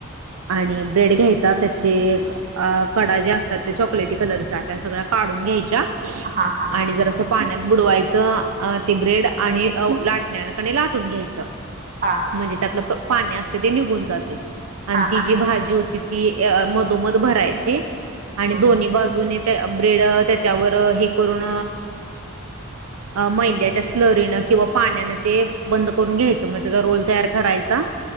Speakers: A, on the right; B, on the right.
A: आणि ब्रेड घ्यायचा त्याचे एक अ कडा ज्या असतात त्या चॉकलेटी कलरच्या त्या सगळ्या काढून घ्यायच्या.
B: हा हा.
A: आणि जरासं पाण्यात बुडवायचं अ ते ब्रेड आणि लाटण्याकडे लाटून घ्यायचं.
B: हां
A: म्हणजे त्यातलं पाणी असतंय ते निघून जातंय आणि
B: हा
A: ती
B: हा
A: जी भाजी होती ती मधोमध भरायची आणि
B: हम्म
A: दोन्ही बाजूने त्या ब्रेड त्याच्यावर हे करून मैद्याच्या स्लरीनं किंवा पाण्यानं ते बंद करून घ्यायचं मग त्याचा रोल तयार करायचा.